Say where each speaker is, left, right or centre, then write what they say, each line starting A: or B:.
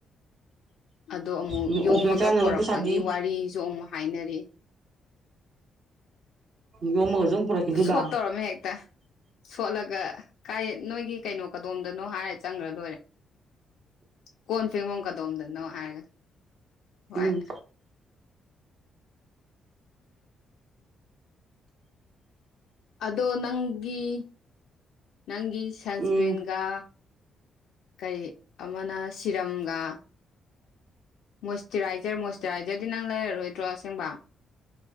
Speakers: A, on the left; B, on the right.
A: ꯑꯗꯣ ꯑꯃꯨꯛ
B: ꯎꯝ
A: ꯌꯣꯝꯃꯒ
B: ꯑꯣꯀꯦ ꯆꯥꯅꯕ
A: ꯄꯨꯣꯔꯛꯄꯒꯤ
B: ꯄꯩꯁꯥꯗꯤ
A: ꯋꯥꯔꯤꯁꯨ ꯑꯃꯨꯛ ꯍꯥꯏꯅꯔꯤ
B: ꯌꯣꯝꯃꯒꯁꯨ ꯑꯃꯨꯛ ꯄꯨꯔꯛꯈꯤꯗꯣꯏꯕ
A: ꯁꯣꯠ ꯇꯧꯔꯝꯃꯤ ꯍꯦꯛꯇ ꯁꯣꯠꯂꯒ ꯀꯥꯏ ꯅꯣꯏꯒꯤ ꯀꯩꯅꯣ ꯀꯗꯣꯝꯗꯅꯣ ꯍꯥꯏꯔ ꯆꯪꯒ꯭ꯔ ꯂ‌ꯣꯏꯔꯦ꯫ ꯀꯣꯟ ꯐꯦꯡꯕꯝ ꯀꯗꯣꯝꯗꯅꯣ ꯍꯥꯏꯔꯒ ꯍꯣꯏ
B: ꯎꯝ
A: ꯑꯗꯣ ꯅꯪꯒꯤ ꯅꯪꯒꯤ ꯁꯟꯁꯀ꯭ꯔꯤꯟꯒ
B: ꯎꯝ
A: ꯀꯩ ꯑꯃꯅ ꯁꯤꯔꯝꯒ ꯃꯣꯏꯆꯇꯨꯔꯥꯏꯖꯔ ꯃꯣꯏꯆꯇꯨꯔꯥꯏꯖꯔꯗꯤ ꯅꯪ ꯂꯩꯔꯔꯣꯏꯗ꯭ꯔꯣ ꯑꯁꯦꯡꯕ